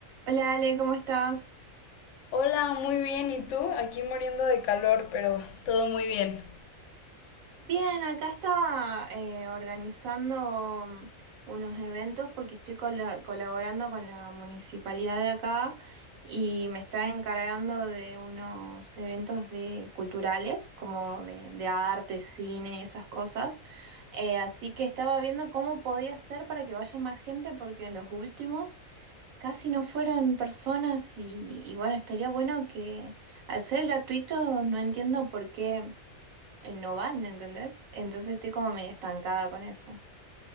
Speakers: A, on the right; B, on the left.
A: Hola Ale, ¿cómo estás?
B: Hola, muy bien. ¿Y tú? Aquí muriendo de calor, pero todo muy bien.
A: Bien, acá estaba eh, organizando mm, unos eventos porque estoy cola- colaborando con la municipalidad de acá y me está encargando de unos eventos de culturales, como de, de arte, cine y esas cosas. Eh, así que estaba viendo cómo podía hacer para que vaya más gente porque en los últimos casi no fueron personas y, y bueno, estaría bueno que al ser gratuito no entiendo por qué. eh, no van, ¿entendés? Entonces estoy como medio estancada con eso.